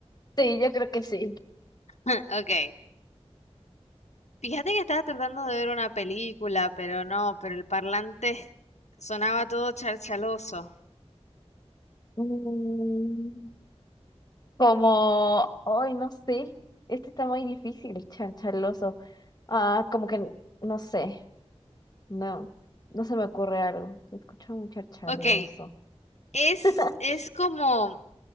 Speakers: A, on the left; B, on the left.
A: Sí, yo creo que sí.
B: <laughs> Ok, Fíjate que estaba tratando de ver una película, pero no, pero el parlante <laughs> sonaba todo charchaloso.
A: Mm, como, ay, no sé. Este está muy difícil, charchaloso. Ah, como que, no sé. No, no se me ocurre algo. Se escucha muy charchaloso.
B: Ok, es,
A: <laughs>
B: es como,